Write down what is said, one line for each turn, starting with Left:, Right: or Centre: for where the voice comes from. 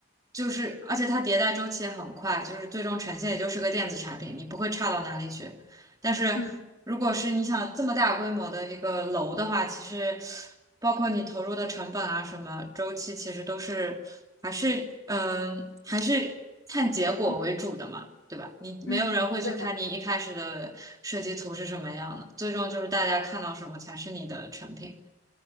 Right: 就是，而且它迭代周期也很快，就是最终呈现也就是个电子产品，你不会差到哪里去。但是如果是你想这么大规模的一个楼的话，
Left: 嗯
Right: 其实包括你投入的成本啊，什么周期，其实都是还是嗯、还是看结果为主的嘛，
Left: 嗯
Right: 对吧？你没有人会去看你一开始的设计图是什么样的，
Left: 嗯，对的，
Right: 最终就是大家看到什么才是你的成品。